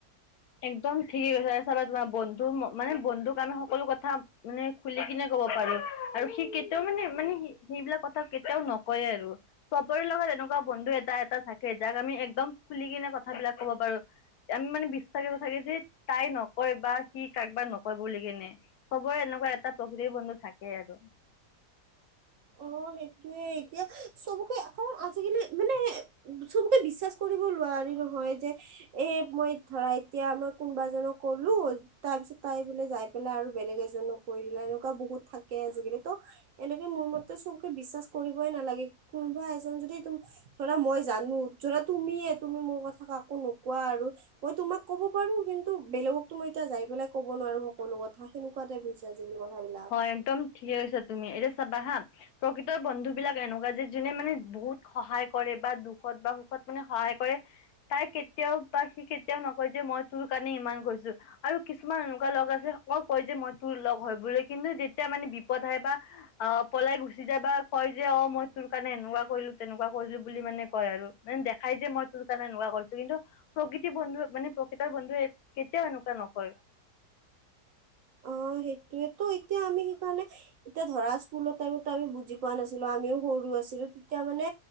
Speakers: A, on the left (about 70°); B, on the right (about 65°).
A: একদম ঠিকেই কৈছে চাবা তোমাৰ বন্ধু মানে বন্ধুক আমি সকলো কথা। মানে খুলি কিনে ক'ব পাৰোঁ। আৰু সি কেতিয়াও মানে, মানে সেইবিলাক কথা কেতিয়াও নকয়েই আৰু। চবৰে লগত এনেকুৱা বন্ধু এটা, এটা থাকে যাক আমি একদম খুলি কিনে কথাবিলাক ক'ব পাৰোঁ। <unintelligible> মানে <unintelligible> চবৰে এটা প্ৰকৃত বন্ধু থাকে আৰু।
B: অ সেইটোৱে এতিয়া চবকে আকৌ আজিকালি মানে। চবকে বিশ্বাস কৰিব নোৱাৰি নহয় যে এ মই। ধৰা এতিয়া মই কোনোবা এজনক ক'লো। তাৰপিছত তাই বোলে যাই পেলাই আৰু বেলেগ এজনক কৈ দিলে এনেকুৱা বহুত থাকে আজিকালি তো'। এনেকে মোৰ মতে চবকে বিশ্বাস কৰিবই নালাগে কোনোবা এজন যদি ত ধৰা মই জানো ধৰা তুমিয়ে তুমি মোৰ কথা কাকো নোকোৱা আৰু। মই তোমাক ক'ব পাৰোঁ কিন্তু বেলেগকটো মই এতিয়া যাই পেলাই ক'ব নোৱাৰো সকলো কথা। সেনেকুৱা টাইপ হৈছে আজিকালি কথাবিলাক।
A: হয় একদম ঠিকে কৈছা তুমি এতিয়া চাবা হা। প্ৰকৃতৰ বন্ধু বিলাক এনেকুৱা যে যোনে মানে বহুত সহায় কৰে বা দুখত বা সুখত মানে সহায় কৰে। তাই কেতিয়াও বা সি কেতিয়াও নকয় যে মই তোৰ কাৰণে ইমান কৰিছোঁ। আৰু কিছুমান এনেকুৱা লগ আছে <unintelligible> কয় যে মই তোৰ লগ হয় বুলি কিন্তু যেতিয়া মানে বিপদ আহে বা। অ পলাই গুচি যায় বা কয় যে অ মই তোৰ কাৰণে এনেকুৱা কৰিলো তেনেকুৱা কৰিলো। বুলি মানে কয় আৰু মানে দেখাই যে মই তোৰ কাৰণে‌ এনেকুৱা কৰিছো কিন্তু। প্ৰকৃতিৰ বন্ধু মানে প্ৰকৃতৰ বন্ধুৱে কেতিয়াও এনেকুৱা নকয়।
B: অ সেইটোৱেতো এতিয়া আমি সেইকাৰণে এতিয়া ধৰা স্কুলৰ টাইমত। আমি বুজি পোৱা নাছিলো আমিও সৰু আছিলো তেতিয়া মানে।